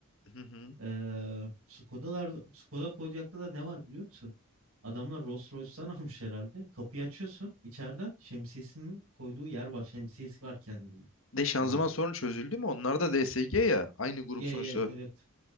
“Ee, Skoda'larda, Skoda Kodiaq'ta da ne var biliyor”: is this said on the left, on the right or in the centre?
Right